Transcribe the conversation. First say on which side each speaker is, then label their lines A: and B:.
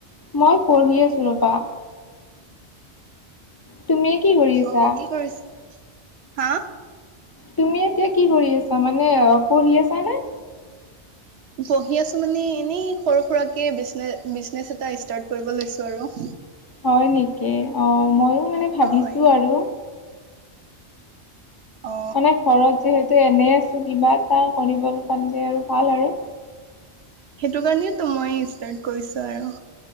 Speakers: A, on the left; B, on the right.
A: মই পঢ়ি আছোঁ ৰ'বা। তুমি কি কৰি আছা
B: অ', কি কৰিছ হা।
A: তুমি এতিয়া কি কৰি আছা মানে পঢ়ি আছা নে?
B: পঢ়ি আছো মানে এনেই সৰু সুৰাকে বিনে বিজনেছ এটা ষ্টাৰ্ট কৰিব লৈছো আৰু।
A: হয় নেকি অ', ময়ো মানে ভাবিছোঁ
B: হয়
A: আৰু।
B: অ
A: মানে ঘৰত যিহেতু ত এনেই আছোঁ কিবা এটা কৰিব পানিলে আৰু ভাল আৰু।
B: সেইটো কাৰণেইো মই ষ্টাৰ্ট কৰিছো আৰু।